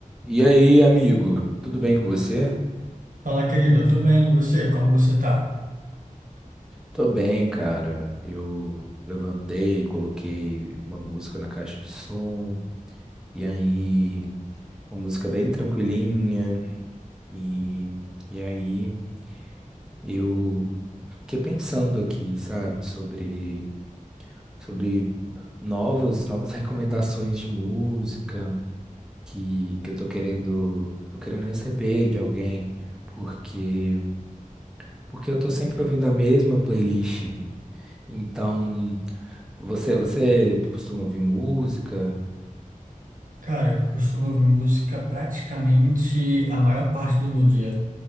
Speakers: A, in the centre; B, on the right.
A: E aí, amigo? Tudo bem com você?
B: Fala, querido, eu tô bem, e você? Como você tá?
A: Tô bem, cara. Eu levantei, coloquei uma música na caixa de som, e aí, uma música bem tranquilinha, e, e aí eu fiquei pensando aqui, sabe, sobre, sobre novas, novas recomendações de música que, que eu tô querendo, tô querendo receber de alguém, porque, porque eu tô sempre ouvindo a mesma playlist. Então, você você costuma ouvir música?
B: Cara, eu costumo ouvir música praticamente a maior parte do meu dia.